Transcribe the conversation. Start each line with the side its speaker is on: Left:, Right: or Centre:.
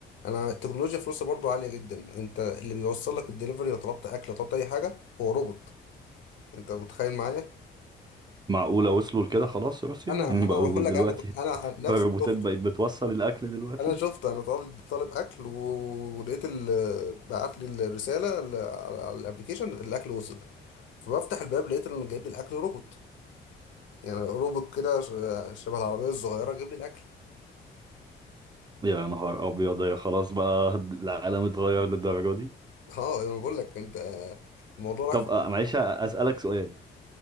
Left: انا التكنولوجيا في روسيا برضو عاليه جدا انت اللي بيوصل لك الدليفري لو طلبت اكل لو طلبت اي حاجه هو روبوت انت متخيل معايا
Right: معقولة وصلوا لكده خلاص روسيا
Left: انا
Right: يعني
Left: انا
Right: بقوا
Left: بقول
Right: دلوقتي
Left: لك انا
Right: <laughs>
Left: انا نفسي
Right: الروبوتات
Left: شفته
Right: بقت بتوصل الاكل دلوقتي
Left: انا شفته انا طالب طالب اكل و- ولقيت ال- بعت لي الرساله ال- على على الابلكيشن الاكل وصل فبفتح الباب لقيت انه جايب لي الاكل روبوت يعني روبوت كده ش- شبه العربية الصغيرة جيب لي الأكل
Right: يا نهار ابيض يا خلاص بقى العالم اتغير للدرجة دي
Left: <laughs> اه أنا بقول لك أنت الموضوع راح
Right: طب
Left: في
Right: آه، معلش اسألك سؤال